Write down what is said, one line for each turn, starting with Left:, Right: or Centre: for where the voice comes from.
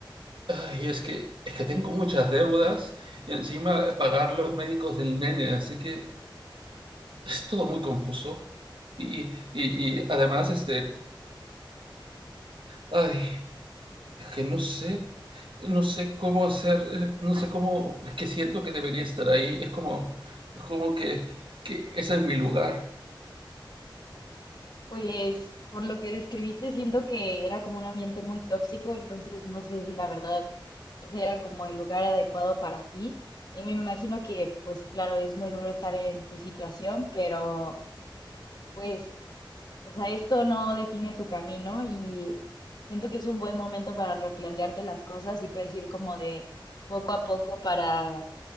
Right: ay, es que, es que tengo muchas deudas y encima pagar los médicos del nene, así que... es todo muy confuso. Y, y, y además, este, ay, que no sé, no sé cómo hacer, eh, no sé cómo, que siento que debería estar ahí. Es como, es como que, que ese es mi lugar.
Left: Pues por lo que describiste, siento que era como un ambiente muy tóxico, entonces no sé si la verdad ese era como el lugar adecuado para ti. Y me imagino que, pues claro, es muy duro estar en tu situación, pero pues, o sea, esto no define tu camino y siento que es un buen momento para replantearte las cosas y puedes ir como de poco a poco para